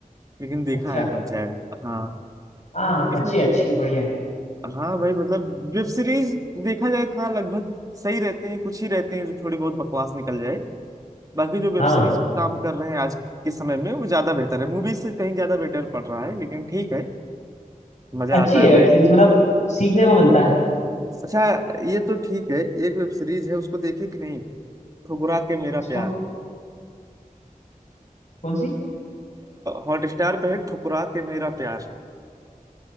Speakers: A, on the right (about 25°); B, on the left (about 55°).
A: लेकिन देखा
B: अच्छा
A: है पंचायत हाँ
B: हाँ हाँ, अच्छी
A: इसमें
B: है, अच्छी है, बढ़िया है
A: हाँ भाई मतलब वेब सीरीज देखा जाए तो हाँ लगभग सही रहते हैं कुछ ही रहते हैं जो थोड़ी बहुत बकवास निकल जाए बाकी जो वेब
B: हाँ
A: सीरीज पे काम कर रहे हैं आज के समय में वो ज्यादा बेहतर है मूवी से कहीं ज्यादा बेटर पड़ रहा है लेकिन ठीक है मजा
B: अच्छी
A: आता है
B: है वेब
A: भाई
B: सीरीज मतलब सीखने को मिलता है
A: अच्छा ये तो ठीक है एक वेब सीरीज है उसको देखे कि नहीं ठुकरा के मेरा
B: किसको
A: प्यार
B: कौन सी
A: हॉट स्टार पे है ठुकरा के मेरा प्यार